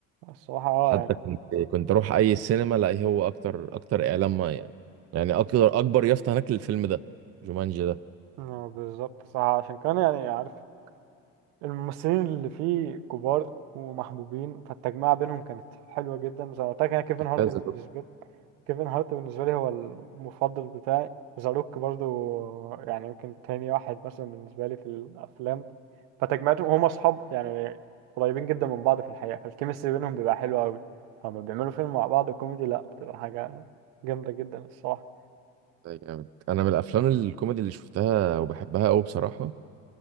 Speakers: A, on the right; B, on the right.
A: الصراحه اه
B: حتى
A: يعني
B: كنت كنت اروح اي سينما الاقي هو اكتر اكتر اعلان ما يعني يعني اكتر اكبر يافطه هناك للفيلم ده جومانجي ده
A: آه، بالظبط صح عشان كان يعني عارف الممثلين اللي فيه كبار ومحبوبين فالتجمعة بينهم كانت حلوة جدا زي ما قلت لك انا كيفن هارت
B: كذا
A: بالنسبة لي كيفن هارت بالنسبة لي هو المفضل بتاعي ذا روك برضو يعني يمكن تاني واحد مثلا بالنسبة لي في الأفلام فتجمعتهم هما أصحاب يعني قريبين جدا من بعض في الحقيقة فالكيمستري بينهم بيبقى حلو أوي هما بيعملوا فيلم مع بعض كوميدي لأ بتبقى حاجة جامدة جدا الصراحة
B: ده جامد انا من الافلام الكوميدي اللي شفتها وبحبها قوي بصراحه